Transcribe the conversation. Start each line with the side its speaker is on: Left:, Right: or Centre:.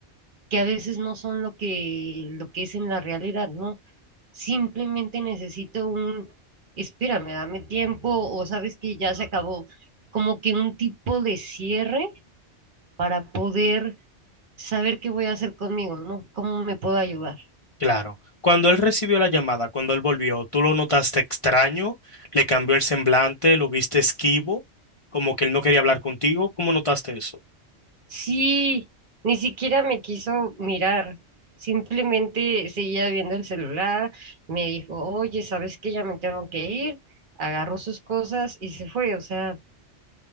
Right: que a veces no son lo que, lo que es en la realidad, ¿no? Simplemente necesito un, espérame, dame tiempo o sabes que ya se acabó, como que un tipo de cierre para poder saber qué voy a hacer conmigo, ¿no? ¿Cómo me puedo ayudar?
Left: Claro. Cuando él recibió la llamada, cuando él volvió, ¿tú lo notaste extraño? ¿Le cambió el semblante? ¿Lo viste esquivo? Como que él no quería hablar contigo. ¿Cómo notaste eso?
Right: Sí, ni siquiera me quiso mirar, simplemente seguía viendo el celular, me dijo, oye, ¿sabes qué? Ya me tengo que ir, agarró sus cosas y se fue, o sea,